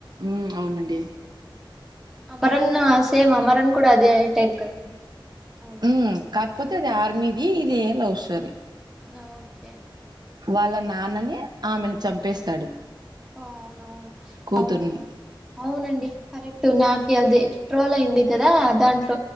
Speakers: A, on the right; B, in the centre.
A: ఉ అవునండి
B: అమరన్ను సేమ్ అమరన్ కూడా అదే టైప్ కదండి మూవీ
A: ఉ కాక్పోతే అది ఆర్మీది ఇది లవ్ స్టోరీ
B: ఆ ఓకే
A: వాళ్ళ నాన్ననే ఆమెను చంపేస్తాడు
B: అవునవును
A: కూతుర్ని
B: అవునవును అవునండి కరె నాకి అది ట్రోల్ అయింది కదా దాం